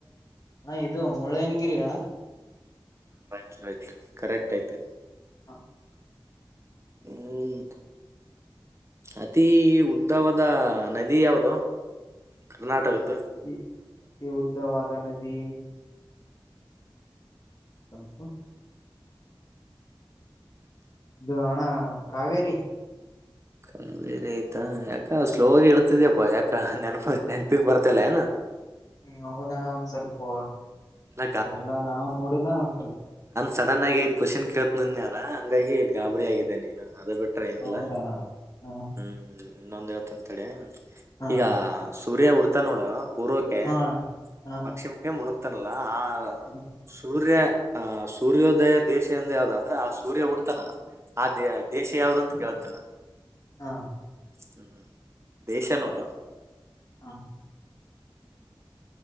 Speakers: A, on the left (about 45°); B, on the right (about 30°).
A: ಆ ಇದು ಮುಳ್ಳಯ್ಯನಗಿರಿ ಅಣ್ಣಾ.
B: ರೈಟ್ ರೈಟ್ ಕರೆಕ್ಟ್ ಐತೆ.
A: <inaudible>
B: ಹ್ಮ್ ಅತೀ ಉದ್ದವಾದ ನದಿ ಯಾವುದೋ. ಕರ್ನಾಟಕದ್ದು.
A: ಅತಿ ಅತಿ ಉದ್ದವಾದ ನದಿ ಸಲ್ಪು ಇದು ಅಣ್ಣ ಕಾವೇರಿ.
B: ಕಾವೇರಿ ಐತಾ ಯಾಕ ಸ್ಲೋ ಆಗ್ ಹೇಳ್ತಿದಿಯಪ್ಪಾ ಯಾಕ ನೆನಪ ನೆನಪಿಗ್ ಬರ್ತಿಲ್ಲ ಏನ.
A: ಹ್ಞೂಂ ಹೌದಣ ಒಂದ್ ಸ್ವಲ್ಪು
B: ಇಲ್ಲ
A: ಎಲ್ಲ ನಾವು ನೋಡಿಲ್ಲ ಒಂದ್ ಸ್ವಲ್ಪ್
B: ಸಡನ್ನಾಗಿ ಐದು ಕ್ವೆಶ್ಚನ್ ಕೇಳ್ತೀನ್ ಅದ್ನಲ್ಲ ಹಂಗಾಗಿ ಗಾಬರಿ ಆಗಿದೆ ನೀನು ಅದೇ ಬಿಟ್ ಟ್ರ ಏನಿಲ್ಲ
A: ಹೌದಣ ಹ
B: ಹ್ಞೂಂ. ಇನ್ನೊಂದ್ ಹೇಳ್ತನ್ ತಡ್ಯಾ.
A: ಹ
B: ಈಗಾ ಸೂರ್ಯ ಹುಟ್ತಾನ್ನೋಡ ಪೂರ್ವಕ್ಕೆ,
A: ಹ ಅಣ್ಣ ಹ
B: ಪಕ್ಷಿಮಕ್ಕೆ ಮುಣಗ್ತ್ <unintelligible> ಆ
A: ಹ
B: ಸೂರ್ಯ ಆ ಸೂರ್ಯೋದಯ ದೇಶ ಇಂದ ಯಾವ್ದ ಅಂದ್ರ ಆ ಸೂರ್ಯ ಹುಟ್ಟುತಾನ. ಅದ ದೇ ದೇಶ ಯಾವ್ದಂತ ಕೇಳ. <inaudible>
A: ಹಾ
B: ಹ್ಮ್ ದೇಶ ನೋಡ.
A: ಹಾ